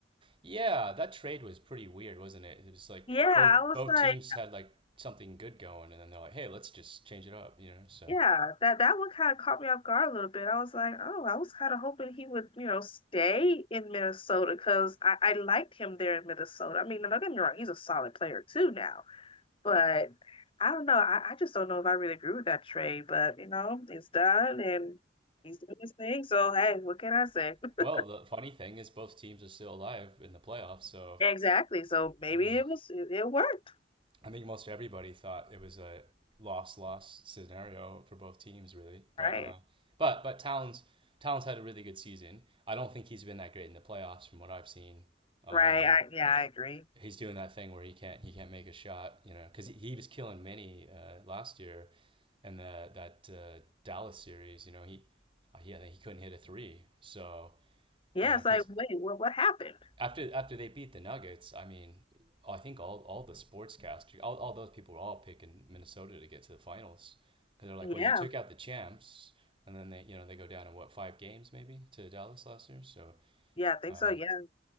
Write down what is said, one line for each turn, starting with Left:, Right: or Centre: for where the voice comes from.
Right: Yeah, that trade was pretty weird, wasn't it? It was like
Left: Yeah,
Right: both
Left: I was
Right: both
Left: like
Right: teams had like something good going, and then they're like, "Hey, let's just change it up," you know. So,
Left: Yeah, that that one kind of caught me off guard a little bit. I was like, oh, I was kind of hoping he would, you know, stay in Minnesota because I, I liked him there in Minnesota. I mean, don't get me wrong, he's a solid player too now, but I don't know. I, I just don't know if I really agree with that trade, but you know, it's done and he's doing his thing. So hey, what can I say?
Right: <laughs> well,
Left: <laughs>
Right: the funny thing is, both teams are still alive in the playoffs. So,
Left: Exactly. So maybe
Right: I mean,
Left: it was it, it worked.
Right: I think most everybody thought it was a loss loss scenario for both teams, really. But
Left: Right.
Right: uh, but but Towns Towns had a really good season. I don't think he's been that great in the playoffs, from what I've seen. Um,
Left: Right. I, yeah, I agree.
Right: he's doing that thing where he can't he can't make a shot, you know, because he, was killing many uh, last year, and the, that uh, Dallas series, you know, he yeah he he couldn't hit a three, so
Left: Yeah,
Right: you know,
Left: it's
Right: because
Left: like, wait, what what happened?
Right: after after they beat the Nuggets, I mean, I think all all the sportscasters, all, all those people were all picking Minnesota to get to the finals because they're like,
Left: Yeah.
Right: well, you took out the champs, and then they you know they go down to what five games maybe to Dallas last year, so.
Left: Yeah, I think
Right: Uh,
Left: so. Yeah.